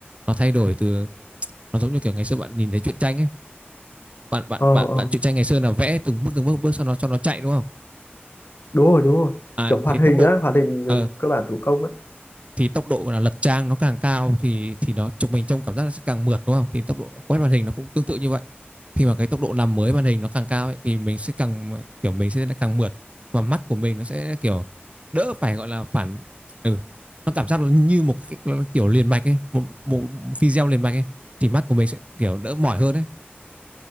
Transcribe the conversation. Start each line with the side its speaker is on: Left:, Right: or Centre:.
Right: Nó thay đổi từ nó giống như kiểu ngày xưa bạn nhìn thấy truyện tranh ấy bạn bạn
Left: Ờ
Right: bạn
Left: ờ.
Right: bạn truyện tranh ngày xưa là vẽ từng bước từng bước bước cho nó cho nó chạy đúng không
Left: đúng rồi đúng rồi
Right: à,
Left: kiểu hoạt
Right: thì tốc
Left: hình
Right: độ
Left: á hoạt hình
Right: ờ,
Left: ờ, cơ bản thủ công á
Right: thì tốc độ là lật trang nó càng cao thì thì nó chụp mình trong cảm giác nó sẽ càng mượt đúng không thì tốc độ quét màn hình nó cũng tương tự như vậy khi mà cái tốc độ làm mới màn hình nó càng cao ấy, thì mình sẽ càng kiểu mình sẽ càng mượt và mắt của mình nó sẽ kiểu đỡ phải gọi là phản ừ, nó cảm giác nó như một cái, cái kiểu liền mạch ấy một một video liền mạch ấy thì mắt của mình sẽ kiểu đỡ mỏi hơn ấy